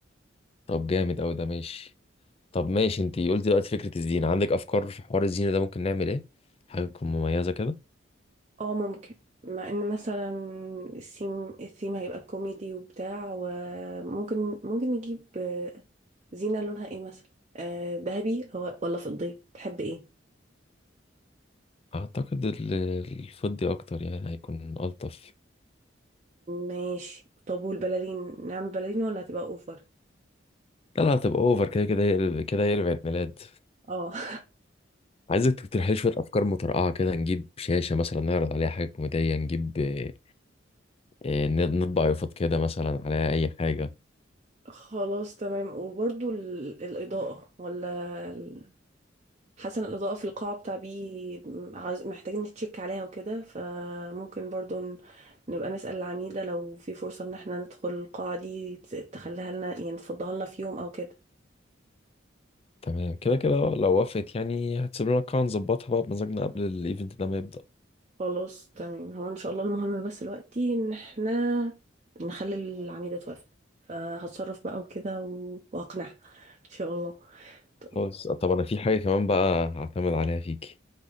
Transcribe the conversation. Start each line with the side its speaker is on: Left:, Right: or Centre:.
Left: طب جامد قوي ده ماشي طب ماشي انتي قلت دلوقتي فكره الزينه عندك افكار في حوار الزينه ده ممكن نعمل ايه حاجه تكون مميزه كده
Right: اه ممكن مع ان مثلا السيم الثيم هيبقى كوميدي وبتاع وممكن ممكن نجيب آه، زينة لونها ايه مثلا آه، ذهبي أو- ولا فضي تحب ايه
Left: اعتقد ال- الفضي اكتر يعني هيكون الطف
Right: ماشي طب والبلالين نعمل بلالين ولا هتبقى اوفر
Left: لا لا هتبقى اوفر كده كده هي كده هي عيد ميلاد
Right: اه <laughs>
Left: عايزك تقترح لي شويه افكار مترقعه كده نجيب شاشه مثلا نعرض عليها حاجه كوميديه نجيب آه، آه، ن- نطبع يافطة كده مثلا عليها اي حاجه
Right: خلاص تمام وبرضو ال- الإضاءة ولا حسن الإضاءة في القاعة بتاع بي عاوز- محتاجين نتشيك عليها وكده فممكن برضو ن- نبقى نسأل العميدة لو في فرصة إن احنا ندخل القاعة دي ت- تخليها لنا يعني تفضها لنا في يوم أو كده
Left: تمام كده كده لو وافقت يعني هتسيب لنا قاعه نظبطها بقى بمزاجنا قبل الايفنت ده ما يبدا
Right: خلاص تمام هو إن شاء الله المهم بس دلوقتي إن احنا نخلي العميدة توافق فهتصرف بقى وكده و- وأقنعها إن شاء الله ط-
Left: خلاص طب انا في حاجه كمان بقى هعتمد عليها فيكي